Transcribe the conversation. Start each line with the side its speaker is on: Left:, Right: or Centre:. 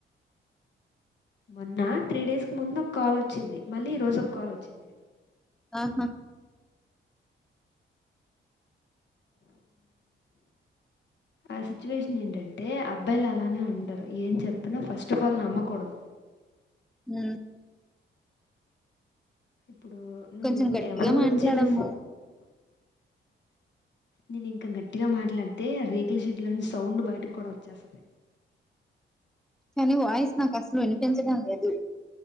Left: మొన్న త్రీ డేస్ కి ముందు ఒక కాల్ వచ్చింది మళ్ళీ ఈ రోజు ఒక కాల్ వచ్చింది
Centre: ఆహా
Left: ఆ సిచువష ఏంటంటే అబ్బాయిలు అలానే ఉంటారు ఏం చెప్పినా ఫస్ట్ ఆఫ్ ఆల్ నమ్మకూడదు
Centre: అ
Left: ఇప్పుడు నువ్వు
Centre: కొంచెం గట్టిగా
Left: ఎవరి గురించ
Centre: మాట్లాడమ్మా
Left: తె నేను ఇంకా గట్టిగా మాట్లాడితే రేగిల్షడ్ లోని సౌండ్ బయటకు కూడా వచ్చేసా
Centre: కానీ వాయిస్ నాకు అసలు వినిపించడం లేదు